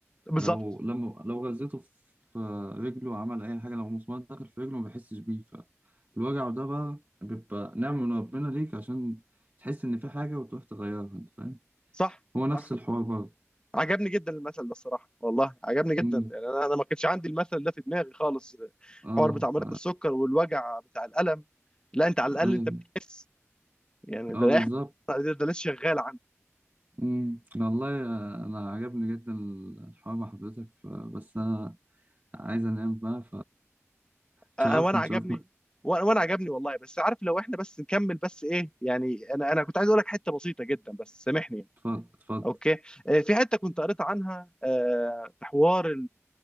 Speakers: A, on the left (about 20°); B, on the right (about 40°).
A: بالظبط
B: لو لما لو غذيته في رجله عمل أي حاجة لو مسمار دخل في رجله ما بيحسش بيه فالوجع ده بقى بيبقى نعمة من ربنا ليك عشان تحس إن في حاجة وتروح تغيرها أنت فاهم
A: صح
B: هو نفس
A: صح
B: الحوار برضه
A: عجبني جدا المثل ده الصراحه والله عجبني جدا
B: مم.
A: يعني انا انا ما كانش عندي المثل ده في دماغي خالص
B: اه
A: الحوار بتاع مريض
B: ف
A: السكر والوجع بتاع الالم لا انت على الاقل
B: ايوه
A: انت بتحس يعني ده
B: اه بالظبط
A: ده ده لسه شغال
B: مم. والله آه، انا عجبني جدا الحوار مع حضرتك ف... بس انا عايز انام بقى فتشرفني
A: أ- وانا عجبني
B: تشرفني
A: وانا وأنا عجبني والله بس عارف لو احنا بس نكمل بس ايه يعني انا انا كنت عايز اقول لك حته بسيطه جدا بس سامحني يعني.
B: اتفضل اتفضل
A: اوكي آه، في حته كنت قريت عنها آه، في حوار